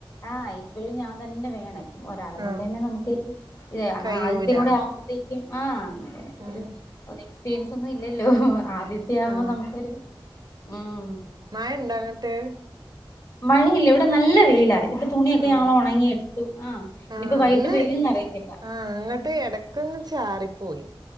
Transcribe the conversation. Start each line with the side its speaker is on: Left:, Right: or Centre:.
Left: ആഹാ ഇപ്പോഴും ഞാൻ തന്നെ വേണം ഇപ്പം ഒരാളെ
Right: ആ
Left: കൊണ്ട് തന്നെ നമ്മക്ക് ഒരു ഇതെ ആഹ്
Right: കയ്യൂല
Left: ആദ്യത്തെ കൂടെ ആവ്മ്പോത്തേക്കും ആഹ്
Right: ഉം
Left: ഒര് എക്സ്പീരിയൻസ് ഒന്നും ഇല്ലല്ലോ ആദ്യത്തെ ആവ്മ്പോ
Right: ആ
Left: നമ്മക്കൊരു ഉം
Right: മയണ്ടോ അങ്ങട്ട്
Left: മഴയില്ല ഇവിൾടെ നല്ല വെയിലാ ഇത് തുണിയൊക്കെ
Right: ആ
Left: ഞങ്ങള് ഒണങ്ങി എടുത്തു ആഹ് ഇനി
Right: ആ
Left: ഇപ്പം വൈയിട്ട്
Right: ഇന്ന്
Left: പെയ്യെന്ന് അറിയത്തില്ലാ
Right: ആഹ് ഇങ്ങട്ട് എടക്കോന്ന് ചാറിപ്പോയി